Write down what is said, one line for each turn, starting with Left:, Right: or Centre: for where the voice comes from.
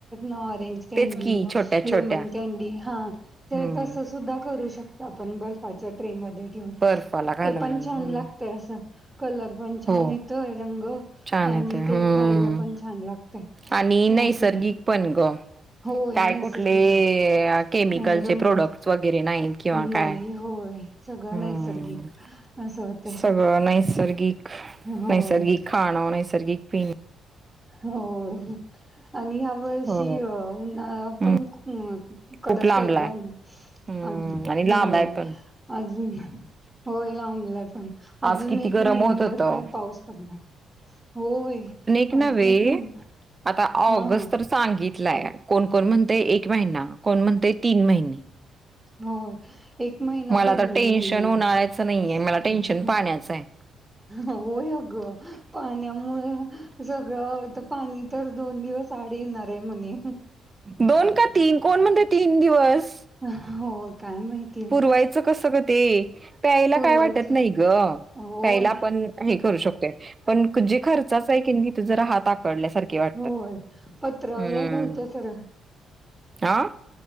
Centre: ऑरेंज कॅडी
Right: तेच की छोट्या छोट्या
Centre: लेमन कॅनडी हा
Right: हम्म
Centre: तर तस सुद्धा करू शकत आपण बर्फाच्या ट्रे मध्ये ठेऊन
Right: बर्फाला घालून
Centre: ते पण छान
Right: हम्म
Centre: लागत असं कलर पंछाान
Right: हो
Centre: तोय रंग
Right: छान
Centre: आणि
Right: येतोय
Centre: ते
Right: हम्म
Centre: खायला पण छान लागते
Right: आणि नैसर्गिक
Centre: अस
Right: पण ग
Centre: होय
Right: काय
Centre: नैसर्गिक
Right: कुठले
Centre: अ
Right: केमिकलचे
Centre: रंग
Right: प्रोडक्ट्स वगैरे नाहीत किंवा
Centre: नाही
Right: काय
Centre: होय सगळं
Right: हम्म
Centre: नैसर्गिक असं होत
Right: सगळं नैसर्गिक
Centre: होय
Right: नैसर्गिक खाणं नैसर्गिक पीन
Centre: हो आणि ह्या वर्षी
Right: हो
Centre: उन्हाळा
Right: हम्म,
Centre: पण कडक
Right: खूप लांबलाय
Centre: आहे गम
Right: हम्म
Centre: अ
Right: आणि लांब
Centre: होय
Right: आहे पण
Centre: अजून होय लाबलाय पण अजून
Right: आज किती
Centre: एक
Right: गरम
Centre: महिनाभर
Right: होत होतं
Centre: काय पाऊस पडला होय
Right: न
Centre: अजून एक महिना
Right: आता ऑगस्ट
Centre: हा
Right: तर सांगित य कोण कोण म्हणत एक महिना कोण म्हणत तीन महिने
Centre: हो एक महिना
Right: मला
Centre: पडणार
Right: तर टेन्शन
Centre: नाही आहे
Right: उन्हाळ्याचं नाहीये मला टेन्शन पाण्याचं आहे
Centre: हो अग पाण्यामुळे सगळं पाणी तर दोन दिवस साडीणार रे मुनी
Right: दोन का तीन कोण म्हणते तीन दिवस
Centre: ह ह हो काय माहितीय आता
Right: पुरवायचं कसं ग ते प्यायला
Centre: पुरवायचं
Right: काय वाटत नाही ग
Centre: होय
Right: प्यायला आपण हे करू शकतोय, पण जे खर्चाच आहे की नई तीथ जरा हात आकडल्यासारखे वाटतात
Centre: होय पत्र
Right: हम्म
Centre: व्या घायच्या सरळ.
Right: हा